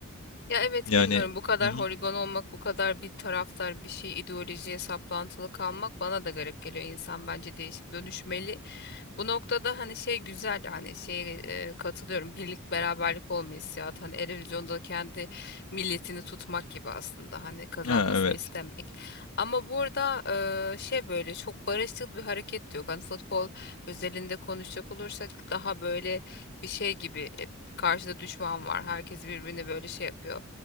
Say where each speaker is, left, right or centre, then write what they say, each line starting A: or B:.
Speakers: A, on the left; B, on the left.
A: Ya evet
B: Yani
A: bilmiyorum bu kadar
B: hı hı,
A: holigan olmak, bu kadar bir taraftar bir şey ideolojiye saplantılı kalmak bana da garip geliyor. İnsan bence değişip dönüşmeli. Bu noktada hani şey güzel hani şey e, katılıyorum birlik beraberlik olma hissiyatı hani Eurovision'da kendi milletini tutmak gibi aslında hani kazanmasını
B: ha, evet,
A: istemek. Ama burada e, şey böyle çok barışçıl bir hareket de yok. Hani futbol özelinde konuşacak olursak daha böyle bir şey gibi e, karşıda düşman var. Herkes birbirini böyle şey yapıyor.